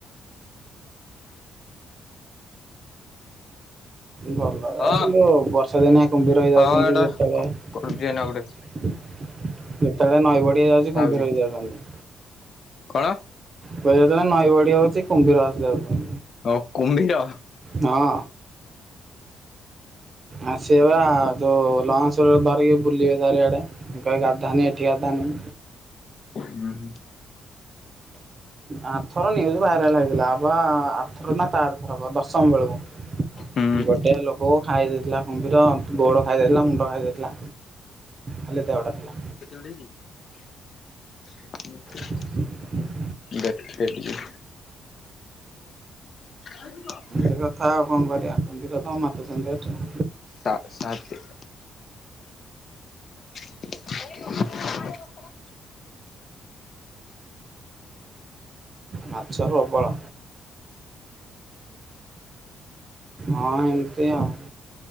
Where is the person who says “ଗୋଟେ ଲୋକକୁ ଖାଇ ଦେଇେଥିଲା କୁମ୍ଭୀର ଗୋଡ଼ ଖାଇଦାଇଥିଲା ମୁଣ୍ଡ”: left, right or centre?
Right